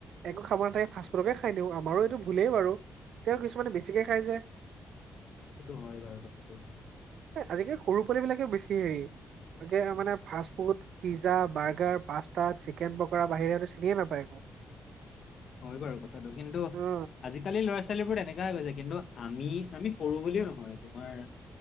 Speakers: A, on the right (about 80°); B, on the left (about 50°).
A: একো খাব নাথাকে ফাষ্টফুডকে খাই দিওঁ, আমাৰো এইটো ভুলেই বাৰু, তেওঁ কিছুমানে বেছিকে খাই যে।
B: সেইটো হয় বাৰু কথাটো।
A: আজিকালি সৰু পোৱালিববিলাকে বেছি হেৰি এতিয়া মানে fast food pizza, burger, pasta, chicken পকৰাৰ বাহিৰে চিনিয়ে নাপায় একো।
B: হয় বাৰু কথাটো কিন্তু
A: অ
B: আজিকালি ল'ৰা ছো ছোৱালীবোৰ তেনেকা হৈ গৈছে কিন্তু আমি আমি সৰু বুলিও নহয় তোমাৰ